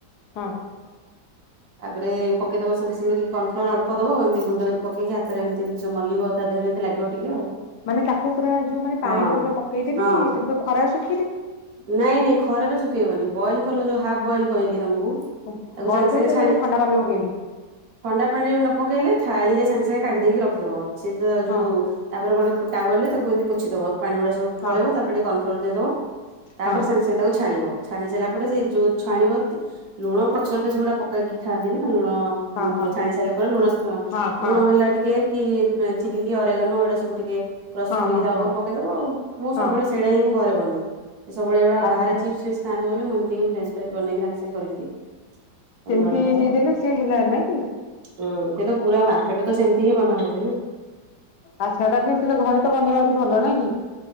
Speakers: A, on the left (about 75°); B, on the right (about 65°).
A: ହଁ
B: ତାପରେ ପକେଦବା ସାଙ୍ଗେ ସାଙ୍ଗେ ଟିକେ କର୍ଣଫ୍ଲୋର ଅଳ୍ପ ଦବ ଏମିତିଗୁଣ୍ଡ ଦବ ହାତରେ ଏମିତିଏମିତି ମଲିବ ତା ଦେହରେମିତି ଲାଗିବ ଟିକେ ଆଉ।
A: ମାନେ ତାକୁ ପୁରା ଯୋଉ ମାନେ
B: ହଁ
A: ପାଣି ଟରେ ପୁରା ପକେଇଦେଲି
B: ହଁ
A: ତାପ ଖରା ସୁ
B: ନାଇଁ ନାଇଁ ଖରାରେ ଶୁଖେଇବନି ବଏଲ କଲ ଯୋଉ ହାଫ ବଏଲ କହିଲି ତମକୁ ତାକୁ
A: ବଏଲ
B: ସାଙ୍ଗେ
A: କରି
B: ସାଙ୍ଗେ
A: ତାକୁ
B: ଛାଣି
A: ଥଣ୍ଡା ପାଣିରେ
B: ଥଣ୍ଡା
A: ପକେଇଲି
B: ପାଣିରେ ବି ନ ପକେଇଲେ ଥାଳିଲେ ସାଙ୍ଗେ ସାଙ୍ଗେ କାଢ଼ି ଦେଇକ ରଖ। ରଖିଦବ ସେ ତ ଯୋଉ
A: ହଁ
B: ତାପରେ ଗୋଟେ କଟା ଗଲେ ତାକୁ ପଛିଦବା ପାଣି ଗୁଡା ସବ
A: ହଁ
B: ପଳ ତାରେ ଟିକେ କନ୍ ନୋଟ୍ ଦେଇଦେବ। ତାପରେ
A: ହଁ
B: ସାଙ୍ଗେ ସାଙ୍ଗେ ତାକୁ ଛାଣିବ। ଛାଣି ସାରିଲା ପରେ ସେଇ ଯୋଉ ଛାଣିବ ଲୁଣ ପଛରେ ତ ସେଗୁଡାକ ପକେଇକି ଖାଆନ୍ତି ନା ଲୁଣ
A: ହଁ ହଁ
B: ଛାଣି ସାରିଲା ପରେ ଲୁଣ।
A: ହଁ ହଁ ହଁ
B: ଲୁଣ ହେଲା ଟିକେ କି ଚିଲିକ କି ଅରେଗନ ଏଇଟା ସବୁ ଟିକେ କ୍ରସ
A: ହଁ
B: କରିକି
A: ହଁ
B: ତା
A: ହଁ
B: ଉପରେ ପକେଇଦବ? ଆଉ ମୁଁ
A: ହଁ
B: ସବୁବେଳେ ସେଇଟା ହିଁ ମୁଁ ଘରେ ବନେ। ସବୁବେଳେ ଏଇଭଳିଆ
A: ଆଚ୍ଛା
B: ବାହାରେ ଚିପ୍ସ ଫିପ୍ସ ଖାଆନ୍ତି ବୋଲି ମୁଁ କିଛି କୁହେନି ତାଙ୍କୁ। ହଁ କରିକି ଦେ। ସନ୍ଧ୍ୟାବେଳେ
A: ସେମିତି
B: ଖାଇବା
A: ଦେଇଦେଲେ ସିଏ ହେଲା ନାଇଁ କି
B: ହଁ ସେ ତ ପୁରା ମାର୍କେଟରେ ତ ସେମତି ହିଁ ବନା ହଉଛି ନା
A: ଆଚ୍ଛା ତାପରେ ସେଟା ଘରେ ତ ବନେଇବା ଆହୁରି ଭଲ ନାଇଁ କି